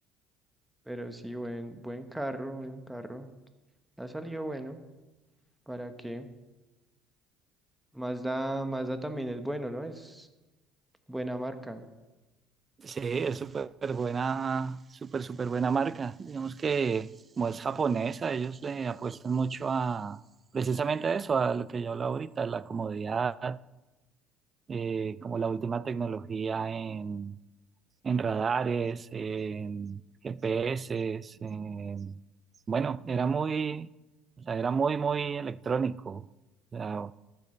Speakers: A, in the centre; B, on the right.
A: Pero sí, buen, buen carro, buen carro. Ha salido bueno. ¿Para qué? Mazda, Mazda también es bueno, ¿no? Es buena marca.
B: Sí, es súper buena, súper, súper buena marca. Digamos que como es japonesa, ellos le apuestan mucho a precisamente a eso, a lo que yo hablo ahorita, la comodidad, eh, como la última tecnología en, en radares, en GPS, en- bueno, era muy, o sea, era muy, muy electrónico. O sea,